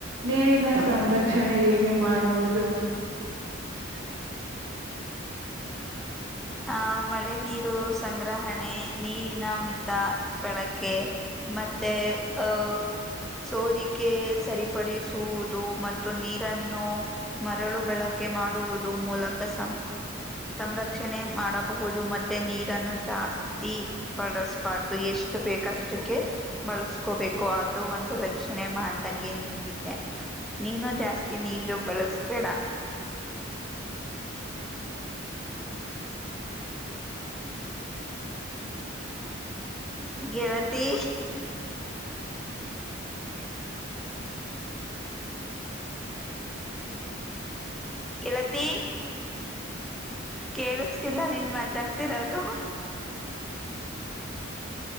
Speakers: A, on the right; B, in the centre.
A: ನೀರಿನ ಸಮತೋಲನ ರಕ್ಷಣೆ ಹೇಗೆ ಮಾಡುವುದು
B: <unintelligible> <unintelligible> ಆ ಮಳೆ ನೀರು ಸಂಗ್ರಹಣೆ ನೀರಿನ ಮಿತ ಬೆಳಕೆ, ಮತ್ತೆ ಅ ಹ, ಸೋರಿಕೆ ಸರಿಪಡಿಸುವುದು ಮತ್ತು ನೀರನ್ನು ಮರಳು ಬಳಕೆ, ಕೆ ಮಾಡುವುದು ಮೂಲಕ ಸಂಗ ಸಂರಕ್ಷಣೆ ಮಾಡಬಹುದು ಮತ್ತೆ ನೀರನ್ನು ಜಾಸ್ತಿ ಬಳಸಬಾರದು ಎಷ್ಟು, ಎಷ್ಟು ಬೇಕ ಅಷ್ಟಕೆ ಬಳಸ್ಕೋಬೇಕು ಅದು ಒಂದು ರಕ್ಷಣೆ ಮಾಡದಂಗೆ ನೀರಿಗೆ, ನೀನು ಜಾಸ್ತಿ ನೀರು ಬಳಸಬೇಡ, ಗೆಳತಿ, <unintelligible> ಗೆಳತಿ, ಕೇಳಸತ್ತಿಲ್ಲ ನೀನ್ ಮಾತಾಡ್ತ ಇರೋದು,